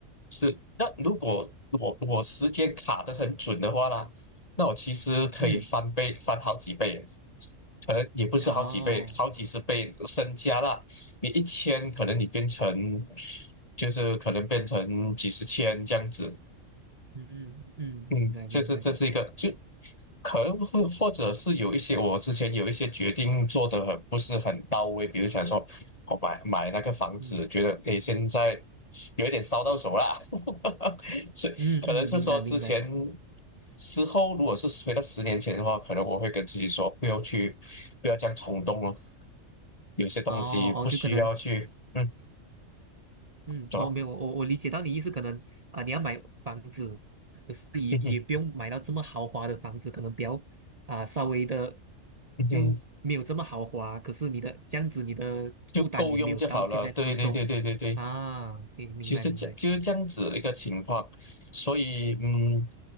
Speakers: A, on the left; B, on the right.
A: 是，那如果我我时间卡得很准的话啦，那我其实可以翻倍，
B: 嗯，
A: 翻好几倍，可能也不是好几倍，
B: 哦，
A: 好几十倍身家啦。你一千，可能你变成就是可能变成几十千这样子，
B: 嗯嗯嗯，
A: 嗯，
B: 明白明白，
A: 这是这是一个，就可能会或者是有一些我之前有一些决定做的很不是很到位，比如想说我买买那个房子，
B: 嗯
A: 觉得诶现在有一点烧到手啦，<laughs> 所以可能是说之前
B: 嗯嗯，明白明白。
A: 之后如果是回到十年前的话，可能我会跟自己说不要去不要这样冲动哦，有些东西不需要去嗯
B: 哦哦，就可能嗯，
A: 走吧，
B: 哦，没有，我我理解到你意思，可能啊，你要买房子，可是也也不用买到这么豪华的房子，
A: 嗯哼
B: 可能比较啊稍微的
A: 嗯哼
B: 就没有这么豪华，可是你的这样子，你的负担也没有到现在这么重啊，
A: 就够用就好了，对对对对对对。
B: 明明白明白，
A: 其实这就是这样子一个情况，所以嗯，